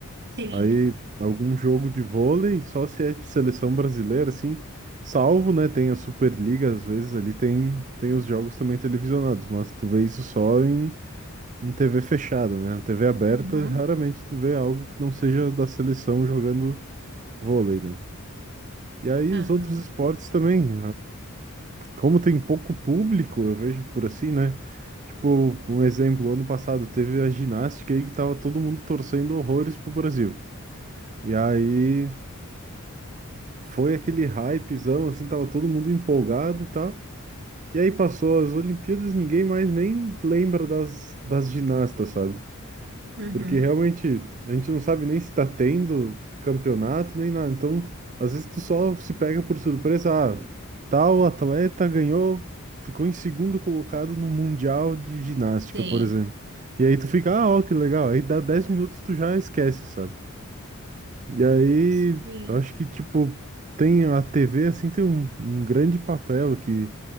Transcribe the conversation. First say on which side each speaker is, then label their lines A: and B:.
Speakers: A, on the right; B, on the right.
A: Sim.
B: Aí, algum jogo de vôlei, só se é de seleção brasileira, assim, salvo, né? Tem a Superliga, às vezes ali tem, tem os jogos também televisionados, mas tu vê isso só em, em TV fechada, né? Na TV aberta,
A: Uhum.
B: raramente tu vê algo que não seja da seleção jogando vôlei, né? E aí
A: Aham.
B: os outros esportes também. como tem pouco público, eu vejo por assim, né? Tipo, um exemplo, ano passado teve a ginástica aí que tava todo mundo torcendo horrores pro Brasil. E aí foi aquele hypezão, assim, tava todo mundo empolgado e tal. E aí passou as Olimpíadas, ninguém mais nem lembra das, das ginastas, sabe?
A: Uhum.
B: Porque realmente a gente não sabe nem se tá tendo campeonato nem nada. Então, às vezes tu só se pega por surpresa. Ah, tal atleta ganhou, ficou em segundo colocado no Mundial de Ginástica,
A: Sim.
B: por exemplo. E aí tu fica, ah, ó, que legal. Aí dá 10 minutos tu já esquece, sabe? E aí,
A: Sim.
B: eu acho que, tipo, tem a TV, assim, tem um, um grande papel que